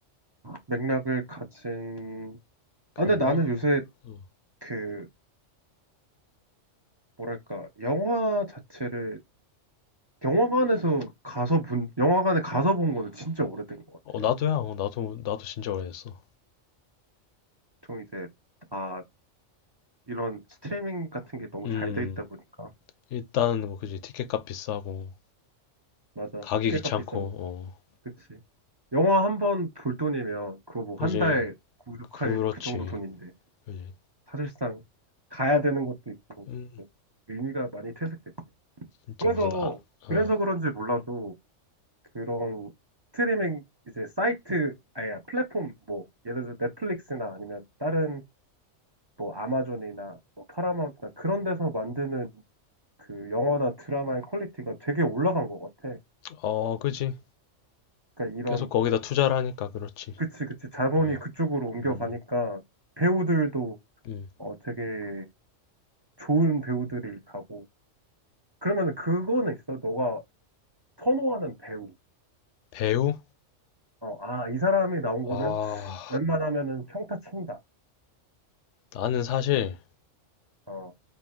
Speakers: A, on the right (about 25°); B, on the left (about 75°).
A: 맥락을 가진
B: 그런
A: 아, 근데 나는
B: 거?
A: 요새
B: 어,
A: 그 뭐랄까 영화 자체를 영화관에서 가서 본 영화관에 가서 본 거는 진짜 오래된 것
B: 어,
A: 같아.
B: 나도야, 어, 나도, 나도 진짜 오래됐어.
A: 좀 이제 다 이런 스트리밍 같은 게 너무
B: 음,
A: 잘 돼 있다 보니까
B: 일단, 뭐, 그지. 티켓값 비싸고,
A: 맞아
B: 가기
A: 티켓값
B: 귀찮고,
A: 비싸고
B: 어,
A: 그치. 영화 한 번 볼 돈이면 그거 뭐
B: 그지.
A: 한 달 구독할
B: 그렇지.
A: 그 정도 돈인데
B: 그지.
A: 사실상 가야 되는 것도 있고
B: 음,
A: 뭐 의미가 많이 퇴색됐고
B: 진짜
A: 그래서
B: 무슨, 아, 어,
A: 그래서 그런지 몰라도 그런 스트리밍 이제 사이트 아니 플랫폼 뭐 예를 들어 넷플릭스나 아니면 다른 뭐 아마존이나 뭐 파라마운트나 그런 데서 만드는 그 영화나 드라마의 퀄리티가 되게 올라간 것 같아.
B: 어, 그지.
A: 그러니까 이런
B: 계속 거기다 투자를 하니까 그렇지.
A: 그치 그치 자본이
B: 어.
A: 그쪽으로 옮겨가니까
B: 음,
A: 배우들도
B: 음.
A: 어 되게 좋은 배우들이 가고 그러면은 그거는 있어. 너가 선호하는 배우.
B: 배우?
A: 어, 아, 이 사람이 나온 거는
B: 아,
A: 웬만하면은 평타 친다.
B: 나는 사실
A: 어.